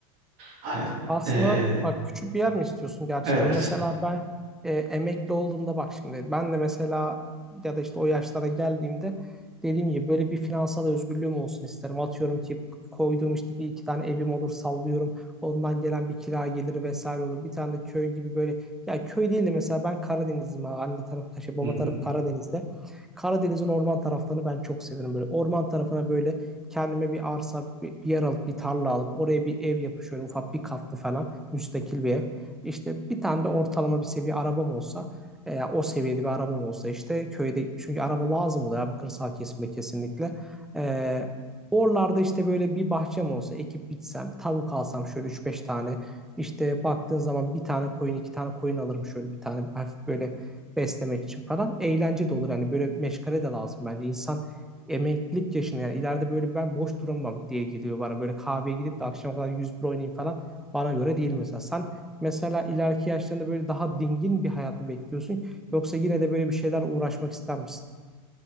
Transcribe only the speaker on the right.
Hani
e,
evet.
Hı
hı.